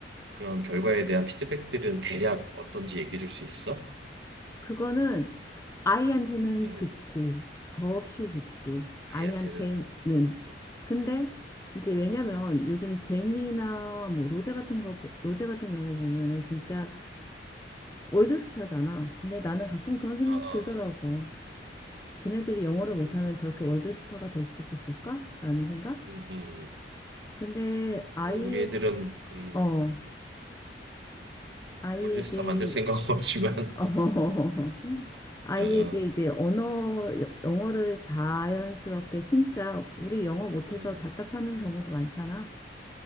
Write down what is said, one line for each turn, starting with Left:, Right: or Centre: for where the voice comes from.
Right: 그런 결과에 대한 피드백들은 대략 어떤지 얘기해 줄 수 있어?
Left: 그거는 아이한테는
Right: 음,
Left: 좋지. 더없이 좋지. 아이한테는.
Right: 아이한테는 음,
Left: 근데 이제 왜냐면
Right: 어,
Left: 요즘 제니나 뭐 로제 같은 거, 보- 로제 같은 경우 보면은 진짜 월드스타잖아. 근데 나는 가끔 그런 생각
Right: 어, 어,
Left: 들더라고.
Right: 어.
Left: 걔네들이 영어를
Right: 음,
Left: 못하면 저렇게 월드스타가 될 수 있었을까? 라는 생각?
Right: 음, 음.
Left: 근데 아이,
Right: 어, 우리 애들은 음,
Left: 어, 아이에게,
Right: 월드스타 만들 생각은 <laughs> 없지만,
Left: <laughs> 어, 아이에게
Right: 어, 어,
Left: 이제 언어, 여- 영어를 자연스럽게 진짜 우리 영어 못해서
Right: 음,
Left: 답답하는 경우도 많잖아.